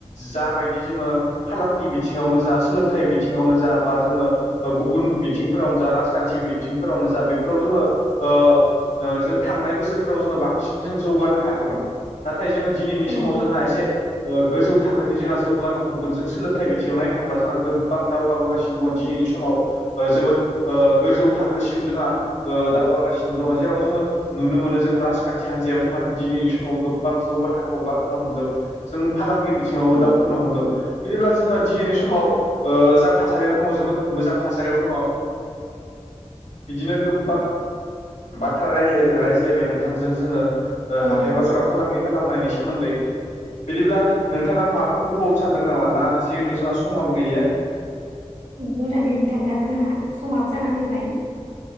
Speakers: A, on the left (about 85°); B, on the right (about 85°).
A: जा बायदि जोङो फालांगि बिथिङावनो जा, सोलोंथाइ बिथिङावनो जा बा जोङो ओ गुबुन बिथिंफोरावनो जा राजखान्थि बिथिंफोरावनो जा बेफोराव जोङो ओ ओ जों थांनाय बोसोरफोराव जोङो बांसिन जों जौगानो हायाखैमोन। थाय जोङो दिनैनि
B: औ
A: समाव जोंहा एसे ओ गोजौ थाखोनि जोंहा जौगानो हमदों। जों सोलोंथाइ बिथिङाव नायनो थांबा जोंहा गोबां दावगाबोगासिनो दङ' दिनैनि समाव। ओ जोबोद ओ गोजौ थाखोसिम जोंहा ओ दावगागासिनो दङ'। जेराव जोङो नुनो मोनो जों राजखान्थि हान्जायाव जोंहा दिनैनि समाव गोबां जौगाथाखोआव गाखोनो हमदों। जों फालांगि बिथिङावबो
B: औ
A: दावखोनो हमदों। बिदिब्ला जोङो दिनैनि समाव ओ जा थासारियाव दङ' जोबोद मोजां थासारियाव दङ'। ओ बिदिनो गोबबां बाथ्रा रायलाय ओ रायज्लायबाय नोंथांजों जोङो ओ
B: ओं
A: हाथाय बाजाराव फालांगि खालामनायनि सोमोन्दै बिदिब्ला नोंथाआ माबाफोर बुंबावनो सानदों नामा ना जिहेथु जोंहा समाबो गैलिया
B: बुंला दे नोंथां दा जोंना समाबो जाना फैबाय